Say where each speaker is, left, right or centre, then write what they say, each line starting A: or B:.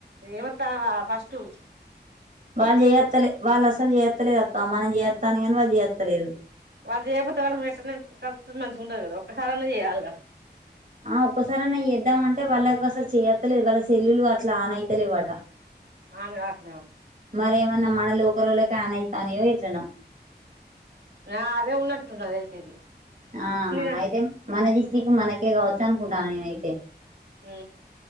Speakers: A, on the right; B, on the right.
A: ఏమ్ ఓత్తావ ఫస్ట్ టూషన్
B: వాళ్ల్ చేయత్తలే వాళ్ళసలు చేయత్ లేదక్క మనం చేయ త్తనే వాళ్ల్ యెత్తలేదు
A: వాళ్ళు చేయకపోతే వాళ్ళ <unintelligible> మంచిగుండదు గదా ఒక్కసారన్న చేయాల్ గా
B: ఆ ఒక్కసారాన్న చేద్దామంటే వాళ్ళకాసల్ చేయత్తలేదు వాళ్ళ సెల్లులు అట్లా ఆన్ అయితలేవట.
A: ఆన్ గావట్లా
B: మరేమన్నా మనల్ లోకలోల్లకు ఆన్ అయితాన్నాయో ఎట్లనో
A: ఆ అదే ఉన్నట్టున్నది అదైతే ఇది
B: ఆ
A: నేన
B: అయితేం మనది కి <unintelligible> మనకే కావచ్చు అనుకుంటాను నేను అయితే
A: ము ఉ